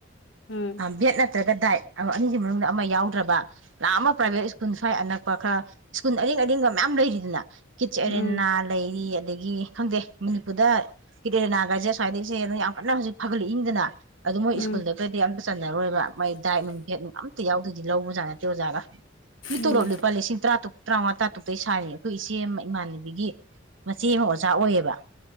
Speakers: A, on the left; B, on the right.
A: ꯎꯝ
B: ꯕꯦꯠ ꯅꯠꯇ꯭ꯔꯒ ꯗꯥꯏꯠ ꯑꯅꯤꯁꯤ ꯃꯅꯨꯡꯗ ꯑꯃ ꯌꯥꯎꯗ꯭ꯔꯕ ꯂꯥꯛꯑ ꯑꯃ ꯄ꯭ꯔꯥꯏꯚꯦꯠ ꯁ꯭ꯀꯨꯜ ꯁ꯭ꯋꯥꯏ ꯑꯅꯛꯄ ꯈꯔ ꯁ꯭ꯀꯨꯜ ꯑꯔꯤꯡ ꯑꯔꯤꯡꯕ ꯃꯌꯥꯝ ꯂꯩꯔꯤꯗꯅ ꯀꯤꯆꯑꯦꯔꯦꯅꯥ
A: ꯎꯝ
B: ꯂꯩꯔꯤ ꯑꯗꯒꯤ ꯈꯪꯗꯦ ꯃꯅꯤꯄꯨꯔꯗ ꯀꯤꯗꯑꯦꯔꯦꯅꯒꯁꯦ ꯑꯁ꯭ꯋꯥꯏꯗꯩꯁꯦ ꯌꯥꯝ ꯀꯟꯅ ꯍꯧꯖꯤꯛ ꯐꯒꯠꯂꯛꯏꯗꯅ ꯑꯗꯨ ꯃꯣꯏ
A: ꯎꯝ
B: ꯁ꯭ꯀꯨꯜꯗ ꯗꯒꯗꯤ ꯑꯝꯇ ꯆꯟꯅꯔꯣꯏꯕ ꯃꯥꯏ ꯗꯥꯏꯠ ꯅꯨꯡ ꯕꯦꯠ ꯅꯨꯡ ꯑꯝꯇ ꯌꯥꯎ ꯑꯗꯨꯗꯤ ꯂꯧꯕꯖꯥꯠꯂ ꯑꯣꯖꯒꯥ ꯃꯤ
A: ꯎꯝ
B: ꯇꯨꯂꯣꯕ ꯂꯨꯄꯥ ꯂꯤꯁꯤꯡ ꯇ꯭ꯔꯥꯇꯨꯛ ꯇꯔꯥꯃꯉꯥ ꯇꯥꯇꯨꯛꯇꯩ ꯁꯥꯏꯌꯦ ꯑꯩꯈꯣꯏ ꯏꯆꯦ ꯑꯃ ꯏꯃꯥꯟꯅꯕꯤꯒꯤ ꯃꯆꯦ ꯑꯃ ꯑꯣꯖꯥ ꯑꯣꯏꯌꯦꯕ